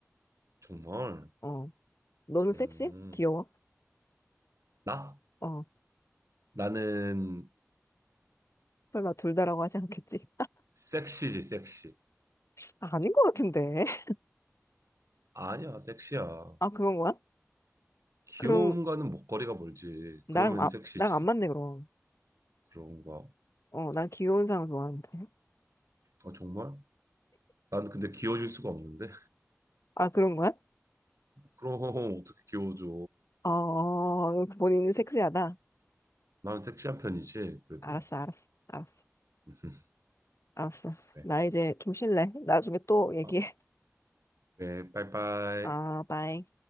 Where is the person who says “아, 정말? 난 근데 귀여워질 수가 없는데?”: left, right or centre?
Right